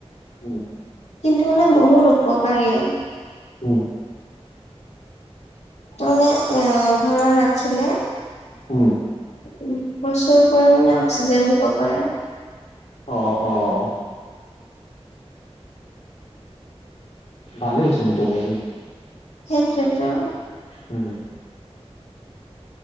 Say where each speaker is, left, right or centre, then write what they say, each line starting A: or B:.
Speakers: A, on the left; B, on the left.
A: উম,
B: কিন্তু মানে বহুত উপকাৰী।
A: হু।
B: তেনে এ, ঘৰৰ ৰাখিলে
A: উম।
B: উ, প্ৰপ্ৰচুৰ পৰিণে অক্সিজেন দিব পাৰে।
A: অ', অ'। ভালেইচোন তেনেকে।
B: সেইটোইতো।
A: উম।